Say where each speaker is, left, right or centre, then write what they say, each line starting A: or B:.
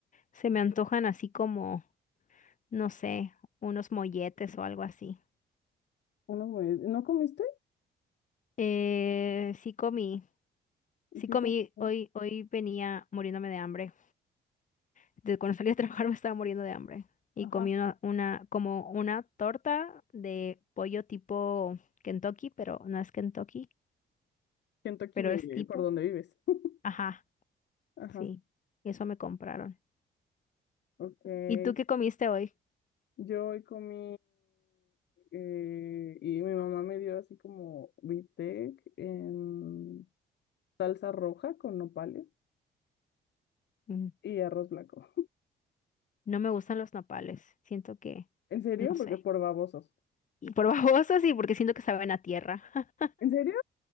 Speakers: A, on the left; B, on the left.
A: Se me antojan así como, no sé, unos molletes o algo así.
B: Unos mue- ¿No comiste?
A: Eh, sí comí, sí
B: ¿Qué
A: comí.
B: comiste?
A: Hoy, hoy venía muriéndome de hambre. Desde cuando salí a trabajar <laughs> me estaba muriendo de hambre. Y
B: Ajá.
A: comí una, una, como una torta de pollo tipo Kentucky, pero no es Kentucky,
B: Kentucky
A: pero
B: de
A: es tipo.
B: por donde vives. <laughs>
A: Ajá,
B: Ajá,
A: sí. Eso me compraron.
B: ok.
A: ¿Y tú qué comiste hoy?
B: Yo hoy comí eh, y mi mamá me dio así como bistec en salsa roja con nopales
A: Mm,
B: y arroz blanco.
A: No me gustan los nopales. Siento que,
B: ¿En serio?
A: no sé.
B: Porque por babosos.
A: Y por <laughs> babosa sí, porque siento que saben a tierra. <laughs>
B: ¿En serio?